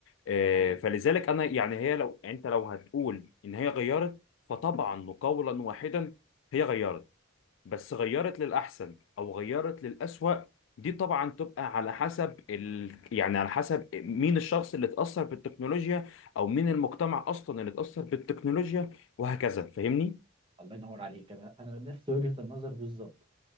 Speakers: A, on the left (about 65°); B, on the right (about 25°).
A: آه
B: ده حقيقي
A: فلذلك أنا يعني هي لو أنت لو هتقول إن هي غيرت فطبعا وقولا واحدا هي غيرت بس غيرت للأحسن أو غيرت للأسوأ دي طبعا تبقى على حسب ال... يعني على حسب مين الشخص اللي اتأثر بالتكنولوجيا أو مين المجتمع أصلا اللي اتأثر بالتكنولوجيا وهكذا فاهمني؟
B: الله ينور عليك انا انا نفس وجهه النظر بالظبط